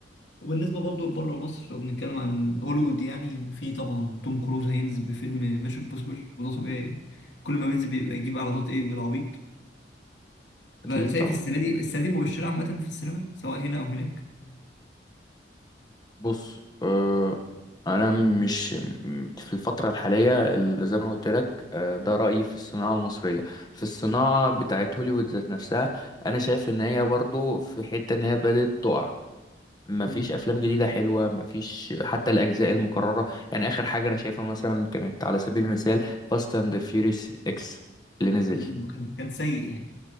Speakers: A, on the left; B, on the left.
A: وبالنسبة برضو لبره مصر لو بنتكلم عن هوليوود يعني في طبعا توم كروز هينزل بفيلم ميشن امبوسيبل وده طبيعي يعني. كل ما بينزل بيبقى يجيب ايرادات ايه بالعبيط فشايف
B: اكيد طبعا
A: السنة دي السنة دي مبشرة عامة في السينما سواء هنا أو هناك
B: بص آه انا مش م- في الفتره الحاليه اللي زي ما قلت لك آه ده رايي في الصناعه المصريه في الصناعه بتاعت هوليوود ذات نفسها انا شايف ان هي برضو في حته ان هي بدات تقع مفيش
A: مم.
B: افلام جديده حلوه مفيش حتى الاجزاء المكرره يعني اخر حاجه انا شايفها مثلا كانت على سبيل المثال فاست اند فيوريس اكس اللي نزل
A: كان كان كان سيء يعني